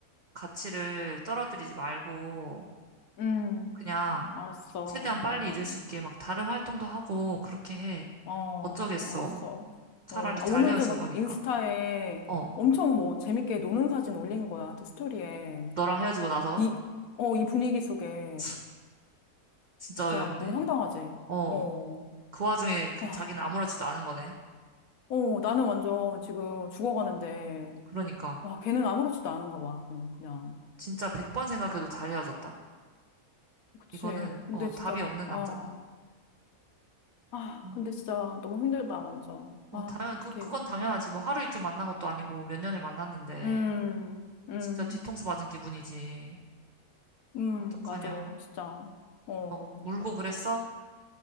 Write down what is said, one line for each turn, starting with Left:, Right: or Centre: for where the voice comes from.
Right: 가치를 떨어뜨리지 말고
Left: 음.
Right: 그냥
Left: 알았어.
Right: 최대한 빨리
Left: 어,
Right: 잊을 수 있게 막 다른 활동도 하고 그렇게 해.
Left: 어,
Right: 어쩌겠어.
Left: 알았어.
Right: 차라리
Left: 어, 아,
Right: 잘
Left: 오늘도
Right: 헤어진
Left: 막
Right: 거니까.
Left: 인스타에
Right: 어,
Left: 엄청 뭐 재밌게 노는 사진 올린 거야. 또 스토리에.
Right: 너랑 헤어지고 나서.
Left: 이, 어, 이 분위기 속에.
Right: <laughs> 진짜
Left: 진짜
Right: 어이없네.
Left: 너무 황당하지?
Right: 어,
Left: 어,
Right: 그 와중에 그
Left: 와,
Right: 자기는 아무렇지도 않은 거네.
Left: 어, 나는 완전 지금 죽어가는데.
Right: 그러니까.
Left: 와, 걔는 아무렇지도 않은가 봐. 그냥. 그냥.
Right: 진짜 100번 생각해도 잘 헤어졌다.
Left: 그치.
Right: 이거는
Left: 근데
Right: 어, 답이
Left: 진짜,
Right: 없는
Left: 아,
Right: 남자다.
Left: 아,
Right: 음.
Left: 근데 진짜 너무 힘들다, 완전.
Right: 어,
Left: 아,
Right: 당연,
Left: 어떡해.
Right: 그, 그건 당연하지. 뭐 하루 이틀 만난 것도 아니고 몇 년을 만났는데
Left: 음, 음,
Right: 진짜 뒤통수 맞은 기분이지.
Left: 음,
Right: 어떡하냐.
Left: 맞아. 진짜. 어,
Right: 어, 울고 그랬어?